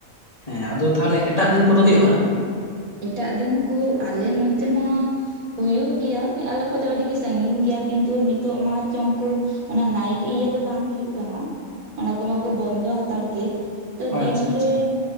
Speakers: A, on the left (about 25°); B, on the right (about 80°).
A: ᱦᱮᱸ ᱟᱫᱚ ᱛᱟᱦᱚᱞᱮ ᱮᱴᱟᱜ ᱫᱤᱱ ᱠᱚᱫᱚ ᱦᱩᱭᱩᱜᱼᱟ?
B: ᱮᱴᱟᱜ ᱫᱤᱱ ᱠᱚ ᱟᱞᱮ ᱱᱚᱱᱛᱮ ᱢᱟᱼᱼ ᱦᱩᱭᱩᱜ ᱜᱮᱭᱟ ᱟᱞᱮ ᱠᱷᱚᱡ ᱫᱚ ᱟᱹᱰᱤᱜᱮ ᱥᱟᱺᱜᱤᱧ ᱜᱮᱭᱟ ᱠᱤᱱᱛᱩ ᱾ ᱱᱤᱛᱚᱜ ᱢᱟ ᱪᱚᱝᱠᱩᱼᱼ ᱚᱱᱟ ᱱᱟᱭᱤᱴ ᱤᱭᱟᱹ ᱫᱚ ᱵᱟᱝ ᱦᱩᱭᱩᱜ ᱠᱟᱱᱟ ᱾ ᱚᱱᱟ ᱠᱚᱢᱟᱠᱚ ᱵᱚᱱᱫᱚ ᱦᱟᱛᱟᱲ ᱠᱮᱜᱼᱼ ᱛᱚ ᱫᱤᱱ
A: ᱟᱪᱪᱷᱟ ᱟᱪᱪᱷᱟ
B: ᱨᱮ